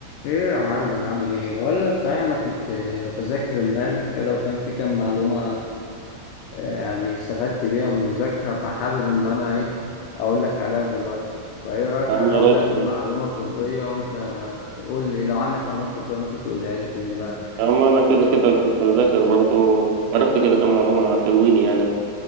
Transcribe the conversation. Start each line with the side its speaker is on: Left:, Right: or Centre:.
Left: ايه يا معلم عامل ايه بقول لك صحيح انا كنت آه، بذاكر امبارح كده وكان في كام معلومه آه، يعني استفدت بيها من المذاكره فحابب ان انا ايه اقول لك عليها دلوقتي فايه رايك
Right: يا عم
Left: انا
Right: يا
Left: اقول
Right: ريت
Left: لك
Right: والله
Left: معلومه طبيه وانت قول لي لو عندك معلومات طبيه ممكن تقولها لي من دماغك
Right: يا عم انا كده كده كنت بذاكر برضه عرفت كده كم معلومة حلوين يعني